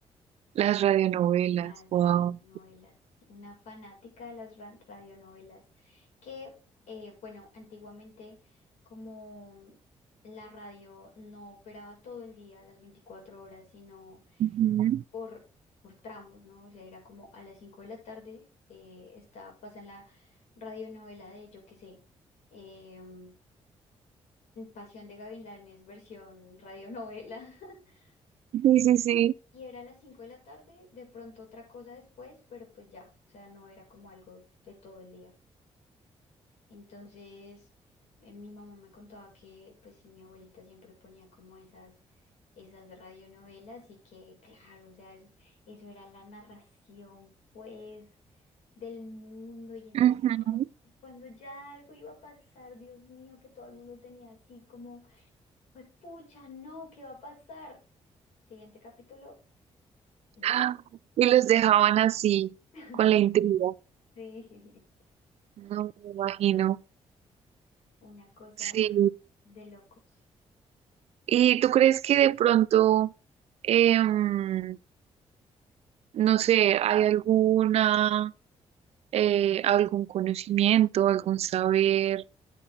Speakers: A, on the right; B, on the left.
A: Las radionovelas,
B: Las radionovelas.
A: wow.
B: Una fanática de las ra- radionovelas. Que, eh, bueno, antiguamente, como la radio no operaba todo el día, las 24 horas, sino
A: Ujú.
B: por, por tramos, ¿no? O sea, era como a las 5 de la tarde, eh, está, pasan la radionovela de, yo qué sé, em, Pasión de Gavilanes, versión radionovela. <laughs>
A: Sí,
B: Y,
A: sí, sí.
B: y era a las 5 de la tarde, de pronto otra cosa después, pero pues ya, o sea, no era como algo de todo el día. Entonces, eh, mi mamá me contaba que pues mi abuelita siempre ponía como esas, esas radionovelas y que, claro, o sea, eso, eso era la narración pues del mundo y entonces
A: Ujú.
B: cuando ya algo iba a pasar, Dios mío, que todo el mundo tenía así como, pues pucha, no, ¿qué va a pasar? Siguiente capítulo. después
A: Ah, Y los dejaban así,
B: <laughs>
A: con la intriga.
B: Sí,
A: No me
B: Sí,
A: imagino.
B: una cosa
A: Sí.
B: de locos.
A: ¿Y tú crees que de pronto, em, No sé, ¿hay alguna, eh, algún conocimiento, algún saber